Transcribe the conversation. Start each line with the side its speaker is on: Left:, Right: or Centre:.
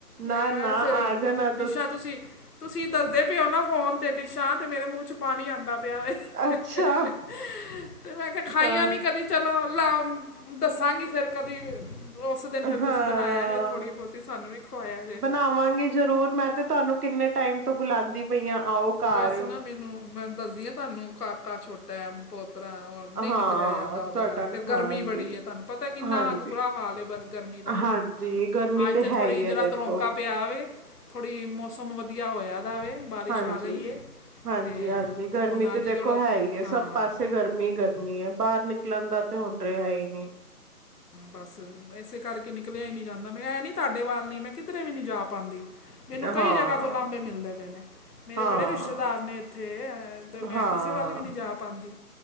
Right: ਨਾ-ਨਾ
Left: ਵੈਸੇ
Right: ਆ ਜਾਣਾ
Left: ਡਿਸ਼ਾ ਤੁਸੀਂ ਤੁਸੀਂ ਦੱਸਦੇ ਪਏ ਓ ਨਾ ਫ਼ੋਨ ਤੇ ਡਿਸ਼ਾਂ ਤੇ ਮੇਰੇ ਮੂੰਹ ਚ ਪਾਣੀ ਆਂਦਾ ਪੇਆ ਵੇਖ,
Right: ਅੱਛਾ
Left: ਹਹਹ, ਤੇ ਮੈਂ ਕੇਆ ਖਾਈਆਂ
Right: ਹਾਂ
Left: ਨੀ ਕਦੀ ਚਲੋ ਲੋ ਦੱਸਾਂਗੀ ਫੇਰ ਕਦੀ ਤੇ ਓਸ ਦਿਨ ਫੇਰ
Right: ਹਾਂ
Left: ਤੁਸੀਂ ਬਣਾਏਆ ਜੇ ਥੋੜ੍ਹੀ ਬੋਤੀ ਸਾਨੂੰ ਵੀ ਖਵਾਏਆ ਜੇ।
Right: ਆਵਾਗੇ ਜ਼ਰੂਰ ਮੈਂ ਤੇ, ਤੁਆਨੂੰ ਕਿੰਨੇ ਟਾਏਮ ਤੋਂ ਬੁਲਾਦੀ ਪਈ ਆਂ ਆਓ। ਘਰ
Left: ਬਸ ਨਾ ਮੈਨੂੰ, ਮੈਂ ਦੱਸਦੀ ਆ ਤੁਆਨੂੰ ਕਾਫ ਕਾ ਛੋਟਾ ਐ, ਪੋਤਰਾ ਔ ਨਈ
Right: ਹਾਂ
Left: ਨਿਕਲਿਆ ਜਾਂਦਾ ਔਦੇ
Right: ਤੁਹਾਡਾ
Left: ਨਾਲ, ਫੇਰ
Right: ਹਾਂਜੀ
Left: ਗਰਮੀ ਬੜੀ ਏ। ਤੁਆਨੂੰ ਪਤਾ ਕਿੰਨਾ
Right: ਹਾਂਜੀ
Left: ਅੱਗ ਬੁਰਾ ਹਾਲ ਏ, ਬ ਗਰਮੀ
Right: ਹਾਂਜੀ। ਗਰਮੀ
Left: ਆਜ ਤੇ
Right: ਹੈ
Left: ਥੋੜੀ
Right: ਹੀ
Left: ਜਰਾ
Right: ਹੈ ਦੇਖੋ
Left: ਤਰੋਂਕਾ ਪਿਆ ਵੇ, ਥੋੜੀ ਮੌਸਮ ਵਧੀਆ ਹੋਇਆ ਦਾ ਵੇ ਬਾਰਿਸ਼
Right: ਹਾਂਜੀ-ਹਾਂਜੀ,
Left: ਆ ਗਈ ਏ ਤੇ
Right: ਹਾਂਜੀ ਗਰਮੀ
Left: ਹੁਣ
Right: ਤੇ
Left: ਅੱਜ
Right: ਦੇਖੋ
Left: ਥੋੜਾ
Right: ਹੈ ਈ ਐ,
Left: ਹਾਂ
Right: ਸਭ ਪਾਸੇ ਗਰਮੀ ਗਰਮੀ -ਗਰਮੀ ਐ, ਬਾਰ ਨਿਕਲਣ ਦਾ, ਤੇ ਹੁਣ ਰਿਹਾ ਹੀ ਨੀ।
Left: ਬੱਸ। ਏਸੇ ਕਰਕੇ ਨਿਕਲਿਆ ਈ ਨੀ ਜਾਂਦਾ, ਮੈਂ ਐ ਨੀ ਤਾਡੇ ਵੱਲ ਨੀ, ਮੈਂ ਕਿੱਧਰੇ ਵੀ ਨੀ ਜਾ ਪਾਂਦੀ। ਮੈਨੂੰ
Right: ਹਾਂ
Left: ਕਈ ਜਗ੍ਹਾ ਤੋਂ ਲਾਂਬੇ ਮਿਲਦੇ ਪੇ ਨੇ, ਮੇਰੇ
Right: ਹਾਂ
Left: ਬੜੇ ਰਿਸ਼ਤੇਦਾਰ ਨੇ ਏਥੇ ਤੇ ਮੈਂ
Right: ਹਾਂ
Left: ਕਿਸੇ ਵੱਲ ਵੀ ਨੀ, ਜਾ ਪਾਂਦੀ।